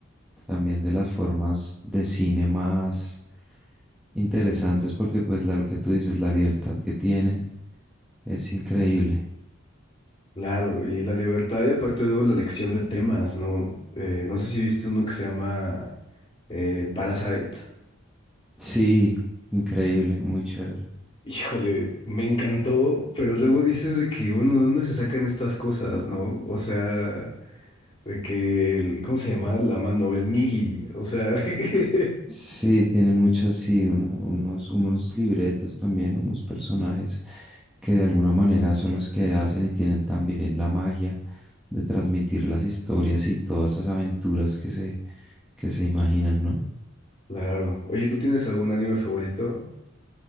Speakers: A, in the centre; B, on the left.
A: también de las formas de cine más interesantes porque pues la- lo que tú dices, la libertad que tienen es increíble.
B: Claro, y la libertad y aparte luego la elección de temas, ¿no? Eh, no sé si viste uno que se llama eh, Parasite.
A: Sí, increíble, muy chévere.
B: Híjole, me encantó, pero luego dices de que, bueno, ¿de dónde se sacan estas cosas, no? O sea, de que el, ¿cómo se llama? La mano, el Migi, o sea, <laughs>
A: Sí, tiene muchas, sí, un- unos, unos libretos también, unos personajes que de alguna manera son los que hacen y tienen también la magia de transmitir las historias y todas esas aventuras que se, que se imaginan, ¿no?
B: Claro. Oye, ¿tú tienes algún anime favorito?